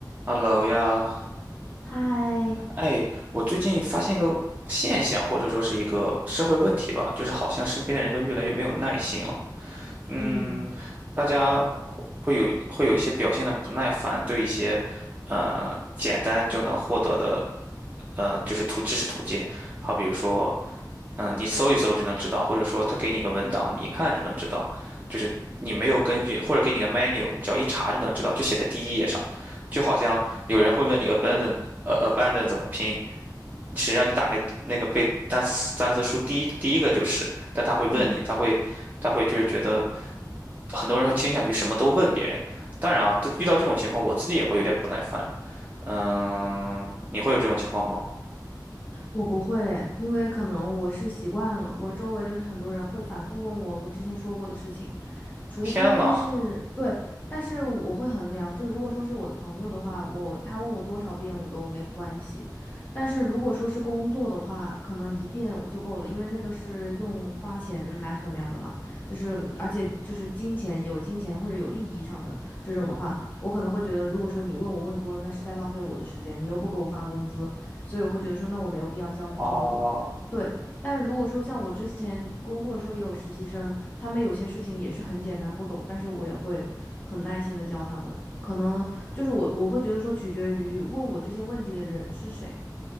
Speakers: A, on the right; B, on the left.
A: Hello 呀，
B: 嗨，
A: 哎，我最近发现一个现象，或者说是一个社会问题吧，就是好像身边的人都越来越没有耐心了。嗯，
B: 嗯
A: 大家会有会有一些表现的不耐烦，对一些呃简单就能获得的呃就是途知识途径，好比如说嗯，你搜一搜就能知道，或者说他给你个文档，你一看就能知道，就是你没有根据，或者给你个 menu，你只要一查就能知道，就写在第一页上，就好像有人会问你 abandon 呃 abandon 怎么拼，实际上你打开那个背单词单词书第一第一个就是，但他会问你，
B: 嗯，
A: 他会他会就是觉得很多人会倾向于什么都问别人，当然啊，这遇到这种情况，我自己也会有点不耐烦，嗯，你会有这种情况吗？
B: 我不会，因为可能我是习惯了，我周围就是很多人会反复问我我之前说过的事情，除非是对，
A: 天呐！
B: 但是我会衡量，就如果说是我的朋友的话，我他问我多少遍我都没关系，但是如果说是工作的话，可能一遍我就够了，因为那个是用花钱来衡量的嘛，就是而且就是金钱有金钱或者有利益上的这种的话，我可能会觉得，如果说你问我问多了，那是在浪费我的时间，你又不给我发工资，所以我会觉得说，那我没有必要教你这么多。
A: 啊！
B: 对，但如果说像我之前工作的时候也有实习生，他们有些事情也是很简单不懂，但是我也会很耐心的教他们。可能就是我我会觉得说取决于问我这些问题的人是谁，